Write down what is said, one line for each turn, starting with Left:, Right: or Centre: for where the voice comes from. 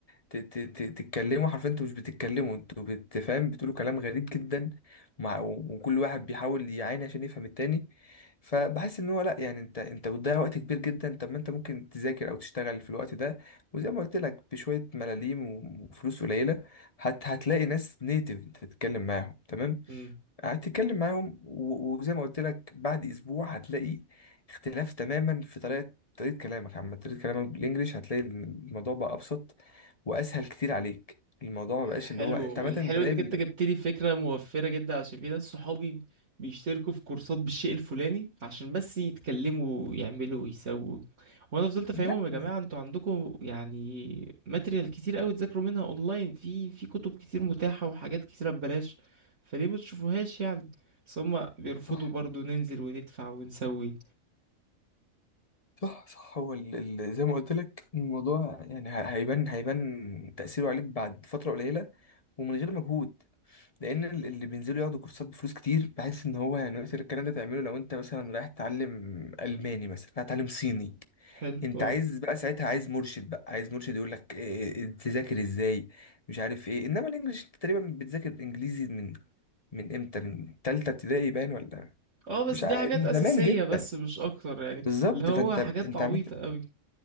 Left: ت... ت... ت... تتكلموا حرفيا انتوا مش بتتكلموا انتوا بتفهم بتقولوا كلام غريب جدا مع... وكل واحد بيحاول يعاني عشان يفهم التاني فبحس ان هو لا يعني انت انت بتضيع وقت كبير جدا طب ما انت ممكن تذاكر او تشتغل في الوقت ده وزي ما قلت لك بشوية ملاليم وفلوس قليلة هت... هتلاقي ناس نيتف تتكلم معاهم تمام
Right: مم.
Left: هتتكلم معاهم و- وزي ما قلت لك بعد اسبوع هتلاقي اختلاف تماما في طريقه طريقه كلامك عامه طريقه كلامك بالانجليش هتلاقي الموضوع بقى ابسط واسهل كتير عليك الموضوع
Right: حلو
Left: ما بقاش اللي هو انت عامه
Right: الحلو
Left: بلاقي
Right: انك
Left: ال-
Right: انت جبت لي فكره موفره جدا عشان في ناس صحابي بيشتركوا في كورسات بالشيء الفلاني عشان بس يتكلموا ويعملوا ويسووا وانا فضلت افهمهم
Left: لا
Right: يا
Left: يعني
Right: جماعه انتوا عندكم يعني ماتريال كتير قوي تذاكروا منها اونلاين في في كتب كتير متاحه وحاجات كتيره ببلاش فليه ما تشوفوهاش يعني بس هم بيرفضوا
Left: صح
Right: برضو ننزل وندفع ونسوي
Left: صح صح هو ال- ال- زي ما قلت لك الموضوع يعني ه- هيبان هيبان تأثيره عليك بعد فترة قليلة ومن غير مجهود لأن ال-
Right: مم.
Left: اللي بينزلوا ياخدوا كورسات بفلوس كتير بحس إن هو يعني مثلا الكلام ده تعمله لو أنت مثلا رايح تتعلم ألماني مثلا هتتعلم صيني
Right: حلو
Left: أنت
Right: اه
Left: عايز بقى ساعتها عايز مرشد بقى عايز مرشد يقول لك إيه- إيه، إيه، تذاكر إزاي مش عارف إيه إنما الإنجليش أنت تقريبا بتذاكر إنجليزي من من امتى من تالتة ابتدائي باين ولا
Right: اه بس
Left: مش
Right: دي
Left: عارف
Right: حاجات
Left: من
Right: اساسيه
Left: زمان جدا
Right: بس مش اكتر يعني
Left: بالظبط
Right: اللي هو
Left: فانت
Right: حاجات
Left: انت
Right: عبيطه
Left: عملت
Right: قوي